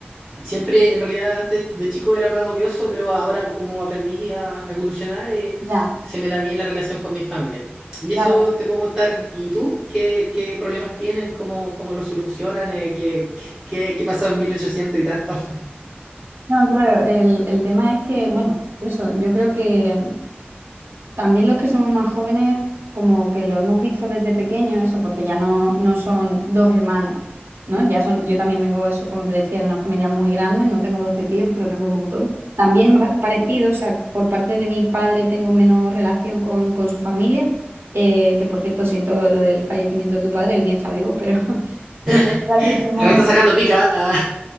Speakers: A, on the right (about 20°); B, on the right (about 75°).
A: Siempre, en realidad, antes de chico era más odioso, pero ahora pues, como aprendí a evolucionar, eh,
B: ya,
A: se me da bien la relación con mi familia. Y
B: claro.
A: eso te puedo contar. ¿Y tú? ¿Qué, qué problemas tienen? ¿Cómo, cómo los solucionan? Eh, ¿qué, qué, qué pasó en 1800 y tanto?
B: No, claro, el, el tema es que, bueno, eso, yo creo que También los que somos más jóvenes, como que lo hemos visto desde pequeño, eso, porque ya no, no son dos hermanos, ¿no? Ya son, yo también vengo, eso, como te decía, de una familia muy grande, no tengo 12 tíos, pero tengo un montón. También pa- parecido, o sea, por parte de mi padre tengo menos relación con, con su familia, eh, que por cierto siento lo del fallecimiento de tu padre, el mío está vivo, pero, <laughs> pero
A: <laughs>
B: aquí tenemos,
A: Me está sacando pica. ah.